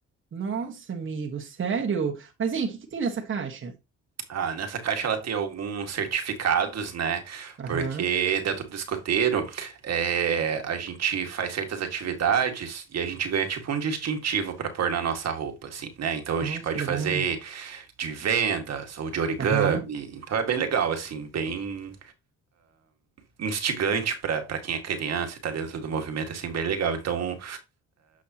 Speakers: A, on the right (about 40°); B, on the right (about 60°).
A: nossa, amigo, sério? Mas, hein, o que que tem nessa caixa?
B: Ah, nessa caixa ela tem alguns certificados, né? Porque
A: Aham,
B: dentro do escoteiro eh, a gente faz certas atividades e a gente ganha tipo um distintivo para pôr na nossa roupa, assim, né? Então a
A: Nossa,
B: gente pode
A: que legal.
B: fazer. de vendas ou de origami.
A: Aham,
B: Então é bem legal, assim, bem instigante para para quem é criança e tá dentro do movimento, assim, bem legal. Então,